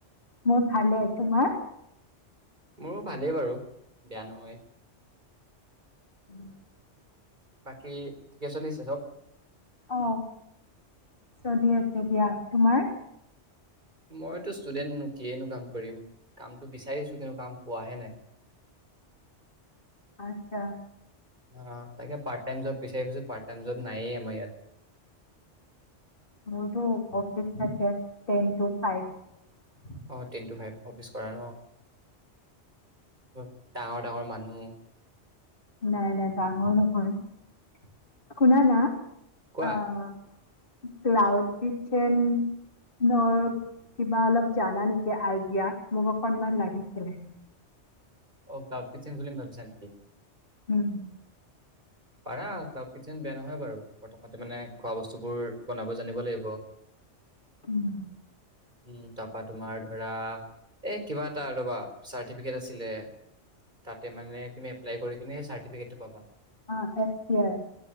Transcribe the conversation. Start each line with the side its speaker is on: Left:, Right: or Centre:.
Left: মোৰ ভালে, তোমাৰ ।
Right: মোৰো ভালেই বাৰু বেয়া নহয় ।
Left: <inaudible>
Right: বাকী ঠিকে চলিছে চব ।
Left: অহ চলি আছে দিয়া তোমাৰ ।
Right: মইতো ষ্টুডেণ্ট নো কিয়েইনো কাম কৰিম। কামটো বিচাৰিছো কিন্তু কাম পোৱাহে নাই ।
Left: আচ্ছা ।
Right: অ' তাকে পাৰ্ট টাইম জব বিচাৰি ফুৰিছো । পাৰ্ট টাইম জব নায়েই আমাৰ ইয়াত ।
Left: মোৰতো অফিচ থাকে টেন টু ফাইভ ।
Right: অ' টেন টু ফাইভ অফিচ কৰা ন । ডাঙৰ, ডাঙৰ মা- নহও।
Left: নাই-নাই । ডাঙৰ নহয় শুনা না
Right: কোৱা
Left: আহ - ক্লাউড কিটচেন ৰ' কিবা অলপ জানা নেকি আইডিয়া মোক অকণমান লাগিছিলে ।
Right: অ' ক্লাউড কিটচেন খুলিম ভাবিছা নেকি?
Left: উম ।
Right: পাৰা ক্লাউড কিটচেন বেয়া নহয় বাৰু প্ৰথমতে মানে খোৱা বস্তুবোৰ বনাব জানিব লাগিব ।
Left: উম ।
Right: উম তাৰপা তোমাৰ ধৰা এ কিবা এটা ৰ'বা চাৰ্টিফিকেট আছিলে তাত- মানে তুমি এপ্লাই কৰি কিনে চাৰ্টিফিকেটটো পাবা ।
Left: অ' এফ-চি-আই ।